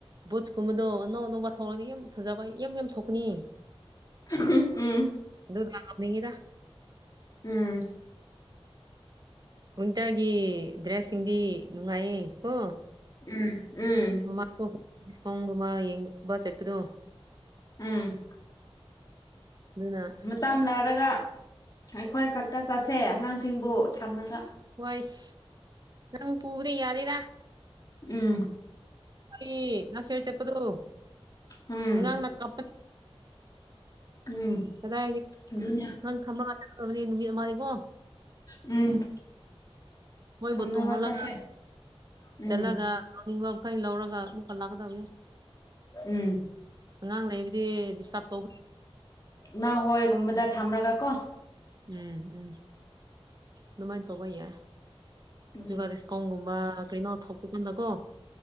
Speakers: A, on the right; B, on the left.
A: ꯕꯨꯠꯁꯀꯨꯝꯕꯗꯣ ꯑꯅꯧ ꯑꯅꯧꯕ ꯊꯣꯡꯔꯗꯤ ꯌꯥꯝ ꯐꯖꯕ ꯌꯥꯝ ꯌꯥꯝ ꯊꯣꯛꯀꯅꯤ
B: <unintelligible>
A: ꯑꯗꯨꯅ <unintelligible>
B: ꯎꯝ
A: ꯋꯤꯟꯇꯔꯒꯤ ꯗ꯭ꯔꯦꯁꯁꯤꯡꯗꯤ ꯅꯨꯡꯉꯥꯏꯌꯦ ꯀꯣ
B: ꯎꯝ ꯎꯝ
A: ꯃꯃꯥꯡꯗꯣ ꯗꯤꯁꯀꯥꯎꯟꯒꯨꯝꯕ ꯌꯦꯡꯕ ꯆꯠꯄꯗꯣ
B: ꯎꯝ
A: ꯂꯨꯅ
B: ꯇꯥꯝꯂꯔꯒ ꯑꯩꯈꯣꯏ ꯈꯛꯇ ꯆꯠꯁꯦ ꯑꯉꯥꯡꯁꯤꯡꯕꯨ ꯊꯝꯂꯒ
A: ꯍꯣꯏꯁ ꯅꯪ ꯄꯨꯕꯗꯤ ꯌꯥꯔꯤꯔ
B: ꯎꯝ
A: ꯏ ꯅꯁꯦꯔ ꯆꯄꯗꯨ
B: ꯎꯝ
A: ꯑꯉꯥꯡꯅ ꯀꯞꯄ
B: ꯎꯝ
A: ꯀꯗꯥꯏꯗꯒꯤ
B: ꯑꯗꯨꯅꯦ
A: ꯅꯪ ꯊꯝꯃꯒ ꯆꯠꯀꯗꯕꯗꯤ ꯅꯨꯃꯤꯠ ꯑꯃꯥꯅꯤꯀꯣ
B: ꯎꯝ
A: ꯃꯣꯏꯕꯨ
B: ꯊꯝꯂꯒ
A: ꯇꯨꯝꯍꯜꯂꯒ
B: ꯆꯠꯁꯦ ꯎꯝ
A: ꯆꯠꯂꯒ ꯂꯧꯅꯤꯡꯕꯃꯈꯩ ꯂꯧꯔꯒ ꯃꯨꯛ ꯂꯥꯛꯀꯗꯕꯅꯤ
B: ꯎꯝ
A: ꯑꯉꯥꯡ ꯂꯩꯕꯗꯤ ꯗꯤꯁꯇꯥꯔꯕ ꯇꯧꯕ
B: ꯅ ꯍꯣꯏꯒꯨꯝꯕꯗ ꯊꯝꯂꯒ ꯀꯣ
A: ꯎꯝ ꯎꯝ ꯑꯗꯨꯃꯥꯏꯅ ꯇꯧꯕ ꯌꯥꯏ
B: ꯎꯝ
A: ꯗꯨꯒ ꯗꯤꯁ ꯀꯣꯡꯒꯨꯝꯕ ꯀꯩꯅꯣ ꯊꯣꯛꯄ ꯀꯥꯟꯗ ꯀꯣ